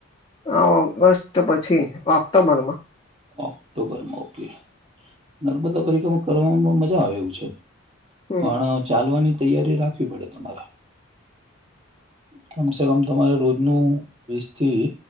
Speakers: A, on the left; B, on the right.
A: હ ઓગસ્ટ પછી ઓક્ટોબરમાં
B: ઓક્ટોબરમાં ઓકે નર્મદા પરિકામાં કરવામાં મજા આવે છે
A: હમ
B: પણ ચાલવાની તૈયારી રાખવી પડે તમારે
A: <inaudible>
B: કમસે કમ તમારે રોજનું વીસ થી